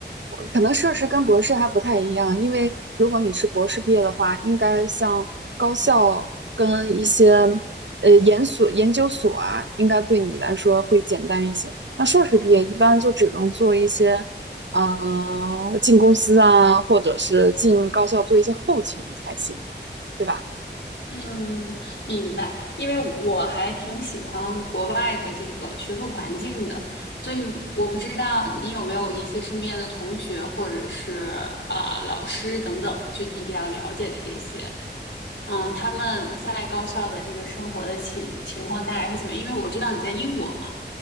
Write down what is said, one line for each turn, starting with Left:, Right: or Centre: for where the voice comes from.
Right: 我可能硕士跟博士还不太一样，因为如果你是博士毕业的话，应该像高校跟一些呃研所、研究所啊，应该对你来说会简单一些。那硕士毕业一般就只能做一些啊、呃进公司啊，或者是进高校做一些后勤才行，对吧？
Left: 嗯，明白。因为我还挺喜欢国外的这个学术环境的，所以我不知道你有没有一些身边的同学或者是啊、老师等等，就你比较了解的这些，嗯，他们在高校的这个生活的情情况大概是怎么样因为我知道你在英国嘛，